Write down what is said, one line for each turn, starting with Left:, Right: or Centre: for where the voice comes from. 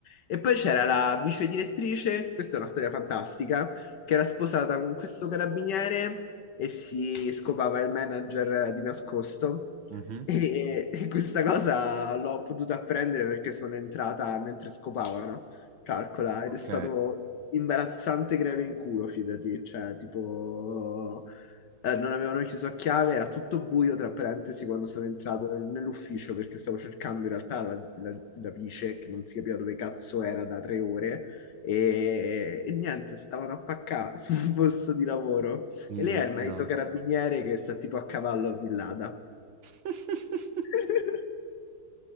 Left: E poi c'era la vice direttrice, questa è una storia fantastica, che era sposata con questo carabiniere e si scopava il manager di nascosto.
Right: Mhm.
Left: E, e questa cosa l'ho potuta apprendere perché sono entrata mentre scopavano, calcola, ed
Right: Ok.
Left: è stato imbarazzante greve in culo, fidati, cioè tipo eh, non avevano chiuso a chiave, era tutto buio, tra parentesi, quando sono entrato nel- nell'ufficio perché stavo cercando in realtà la, la, la vice, che non si capiva dove cazzo era da tre ore, e, e niente, stavano a paccà <laughs> sul posto di lavoro.
Right: Minchia.
Left: E lei ha il marito carabiniere che sta tipo a cavallo a Villada.
Right: <laughs>
Left: <laughs>